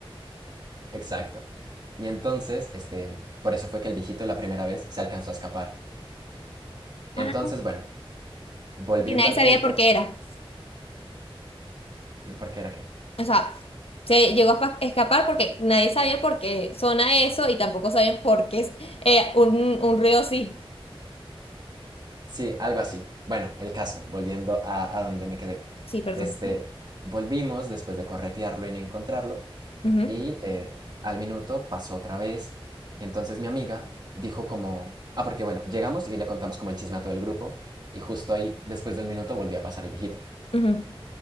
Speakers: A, on the right; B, on the left.
A: Exacto. Y entonces, este, por eso fue que el viejito la primera vez se alcanzó a escapar.
B: Ah,
A: Entonces, bueno, volviendo
B: Porque nadie
A: al
B: sabía
A: punto,
B: por qué era.
A: ¿por qué era qué?
B: O sea, se llegó a pa- escapar porque nadie sabía por qué suena eso y tampoco sabían por qué es eh, un, un ruido así.
A: Sí, algo así. Bueno, el caso, volviendo a, a donde me quedé.
B: Sí, perdón.
A: Este, volvimos después de corretearlo y no encontrarlo,
B: Ujú,
A: y eh, al minuto pasó otra vez, y entonces mi amiga dijo como, ah, porque bueno, llegamos y le contamos como el chisme a todo el grupo, y justo ahí, después de un minuto, volvió a pasar el viejito.
B: ujú,